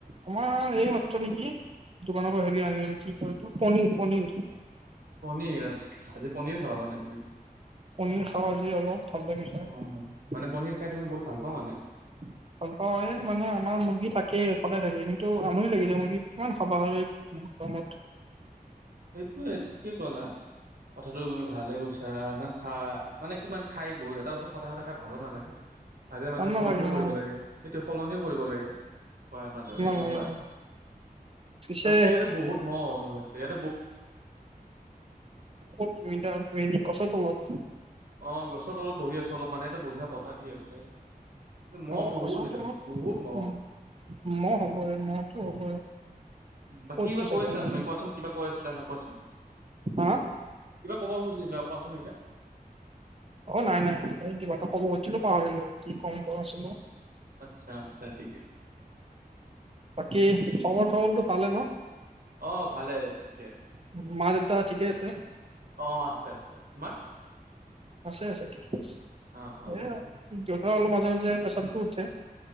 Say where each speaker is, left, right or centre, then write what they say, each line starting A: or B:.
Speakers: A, on the right (about 40°); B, on the right (about 65°).
A: আমাৰ এই মাত্ৰ নেকি, দোকানৰ পৰা হেৰি আনি কি কয় এইটো পনিৰ পনিৰ।
B: পনীৰ আচ্ছা আজি পনীৰ খাব মানে তুমি।
A: পনীৰ খাম আজি অলপ, ভাল লাগে খায়।
B: অ মানে পনীৰ খাই তুমি বহুত ভাল পোৱা মানে?
A: <unintelligible> ভাল পাওঁ হয় মানে আমাৰ মুৰ্গী থাকে সদায় থাকে আমিতো আমনি লাগিছে মুৰ্গী কিমান খাবা হয়। প্ৰহমত।
B: এইটো ঠিকেই কলা। কথাটো হয় ভালে কৈছা ইমান খা মানে কিমান খাই বহু এটা বস্তু সদায় সদায় ভালো নালাগে, মাজে মাজে
A: ভাল নালাগে
B: সলনিও
A: অ
B: কৰিব লাগে সেইটো সলনিও কৰিব লাগে। হোয়াই মাজৰে
A: ভাল নালাগে
B: এনেকুৱা আৰু,
A: অ পিছে
B: বাকী ইয়াতে বহুত মহ হৈ গৈছে ইয়াত।
A: অ খধাদি <inaudible> গছ তলত।
B: অ গছত অলপ বহি আছো অলপ পানী এটা বঢ়িয়া বতাহ দি আছে। মহ
A: অ
B: বহুত
A: গছৰ
B: ইয়াতে
A: তলচ
B: বহুত
A: উম,
B: মহ।
A: মহ হ'ব মহতো হ'বই।
B: বাকী
A: ক'ততো
B: কিবা
A: যাব
B: কৈছিলা
A: মন
B: তুমি কোৱাচোন কিবা কৈ আছিলা নহ? কোৱাচোন,
A: হা
B: কিবা কব খুজিছিলা কোৱাচোন এতিয়া?
A: অ নাই নাই এই কিবা এটা কব খুজিছিলো পাহৰিলো কি কম পোৱাছিলো?
B: আচ্ছা আচ্ছা ঠিকে।
A: বাকী খবৰ চবৰটো ভালে ন?
B: অ ভালে ঠিকে।
A: ন মা -দেউতা ঠিকে আছে।
B: অ আছে আছে, তোমাৰ?
A: আছে আছে ঠিকে আছে,
B: অ অ
A: এ দেউতা অলপ মাজে মাজে পেছাৰতো উঠে।